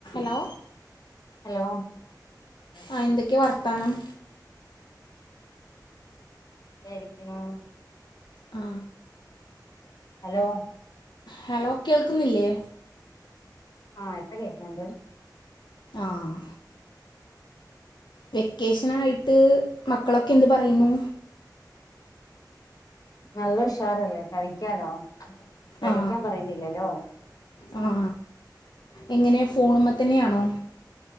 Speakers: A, on the left (about 90°); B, on the left (about 55°).
A: Hello
B: hello
A: ആ എന്തൊക്കെ വർത്താനം
B: <unintelligible> രിക്കുണു
A: ആ
B: ഹലോ
A: ഹലോ കേൾക്കുന്നില്ലേ
B: ആഹ് എപ്പക്കൊക്കെയ ഉണ്ട്
A: ആഹ് വെക്കേഷൻ ആയിട്ട് മക്കളൊക്കെ എന്ത് പറയുന്നു
B: നല്ല ഉഷാറല്ലേ കളിക്കാലോ പഠിക്കാൻ
A: ആ
B: പറയുന്നില്ലല്ലോ
A: ആ എങ്ങനെ ഫോണുമ്പ തന്നെയാണോ